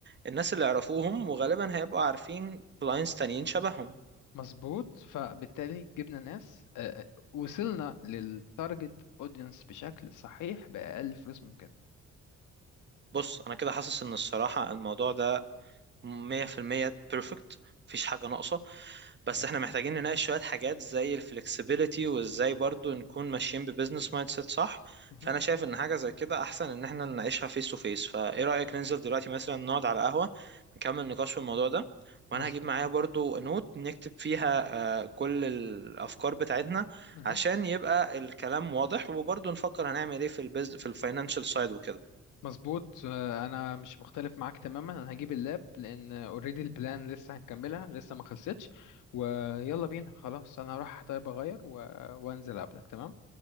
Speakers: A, on the right; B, on the left.
A: الناس اللي يعرفوهم وغالبا هيبقوا عارفين كلاينتس تانيين شبههم
B: مظبوط فبالتالي جبنا ناس آه، آه، وصلنا للتارجت اودينس بشكل صحيح بأقل فلوس ممكن
A: بص انا كده حاسس ان الصراحة الموضوع ده مية في المية بيرفكت مفيش حاجة ناقصة بس
B: جميل
A: احنا محتاجين نناقش شوية حاجات زي الفلكسبيليتي وازاي برضو نكون ماشيين ببزنس مايند سيت صح
B: مهم.
A: فانا شايف ان حاجة زي كده احسن ان احنا نناقشها فيس تو فيس فايه رأيك ننزل دلوقتي مثلا نقعد على قهوة نكمل نقاش في الموضوع ده وانا
B: مظبوط
A: هجيب معايا برضو نوت نكتب فيها آه، كل الافكار بتاعتنا
B: مهم.
A: عشان يبقى الكلام واضح وبرضو نفكر هنعمل ايه في البز في الفاينانشال سايد وكده
B: مظبوط آه، انا مش مختلف معاك تماما انا هجيب اللاب لان اوريدي البلان لسه هنكملها لسه ما خلصتش ويلا بينا خلاص انا هروح طيب اغير و... وانزل اقابلك تمام